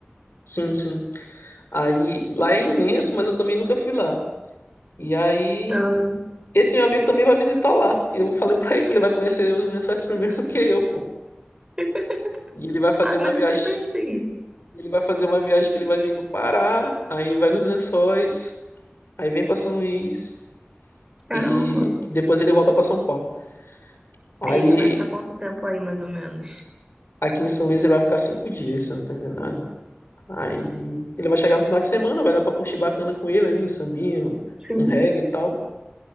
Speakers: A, on the left; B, on the right.
A: Sim, sim. Aí lá é imenso, mas eu também nunca fui lá. E aí.
B: Ah,
A: Esse meu amigo também vai visitar lá. E eu falei pra ele que ele vai conhecer os lençóis <laughs> primeiro do que eu, pô.
B: <laughs>
A: E ele vai fazer
B: Ah,
A: uma
B: mas
A: viagem.
B: eu sempre assim,
A: E Ele vai fazer uma viagem que ele vai vir do Pará, aí vai nos Lençóis, aí vem para São Luís
B: caramba.
A: e depois ele volta para São Paulo. Aí
B: Ele vai ficar quanto tempo aí, mais ou menos?
A: aqui em São Luís ele vai ficar cinco dias, se eu não tô enganado. Aí ele vai chegar no final de semana, vai dar para curtir bacana com ele aí, um sambinho,
B: Sim.
A: um um reggae e tal.